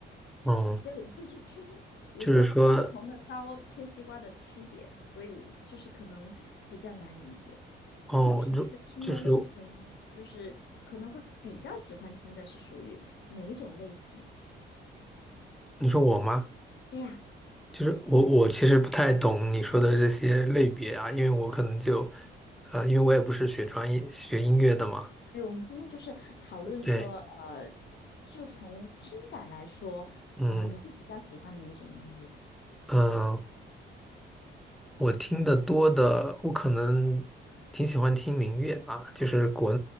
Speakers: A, in the centre; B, on the left.
A: 嗯，
B: 所以我们会去听，比如说不同的刀切西瓜的区别，
A: 就是说，
B: 所以就是可能比较难理解。
A: 哦，
B: 那你平时听的类型，
A: 你说就是
B: 就是可能会比较喜欢听的是属于哪一种类型？
A: 你说我吗？
B: 对呀，
A: 就是我，我其实不太懂你说的这些类别啊，因为我可能就，呃，因为我也不是学专业学音乐的嘛。
B: 对，我们今天就是讨论说，
A: 对，
B: 呃，就从听感来说，
A: 嗯
B: 呃，你会比较喜欢哪一种音乐？
A: 嗯，呃我听得多的，我可能挺喜欢听民乐吧，就是国